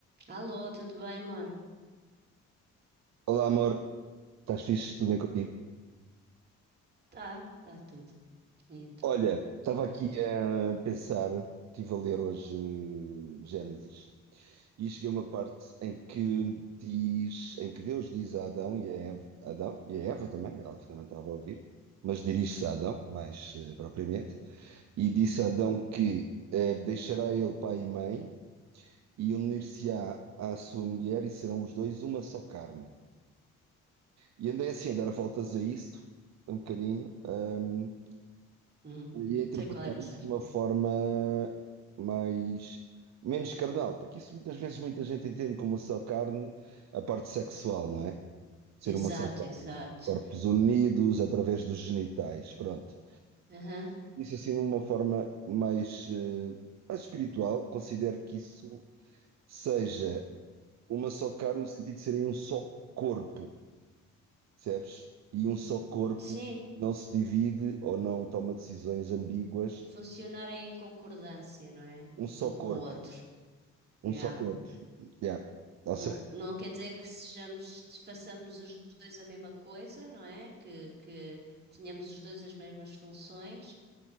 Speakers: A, on the right (about 35°); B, on the right (about 60°).
A: Alô, tudo bem, amor?
B: Olá, amor. Estás fixe? Tudo bem contigo?
A: Tá, tá tudo. E então,
B: Olha,
A: o
B: estava
A: que é que
B: aqui
A: contas?
B: a pensar, estive a ler hoje eh, Gênesis e cheguei a uma parte em que diz, em que Deus diz a Adão e a Eva, Adão e a Eva também, ela também estava a ouvir, mas dirige-se a Adão, mais eh, propriamente, e disse a Adão que eh, deixará ele pai e mãe e unir-se-á à sua mulher e serão os dois uma só carne. E andei assim a dar voltas a isso, um bocadinho. hum,
A: Uhum.
B: ia interpretar
A: Sei qual é a passagem.
B: isso de uma forma mais menos carnal, porque isso muitas vezes muita gente entende como só carne a parte sexual, não é? Ser
A: Exato,
B: uma só carne,
A: exato.
B: corpos unidos através dos genitais, pronto.
A: Aham.
B: Isso assim de uma forma mais, eh, mais espiritual, considero que isso seja uma só carne no sentido de serem um só corpo, percebes? E um só corpo
A: Sim,
B: não se divide ou não toma decisões ambíguas,
A: funcionarem em concordância, não é?
B: um só
A: Um com
B: corpo,
A: o outro.
B: um
A: Yeah.
B: só corpo. Yeah. Ou
A: Um-
B: seja,
A: não quer dizer que sejamos, façamos os dois a mesma coisa, não é? Que, que tenhamos os dois as mesmas funções.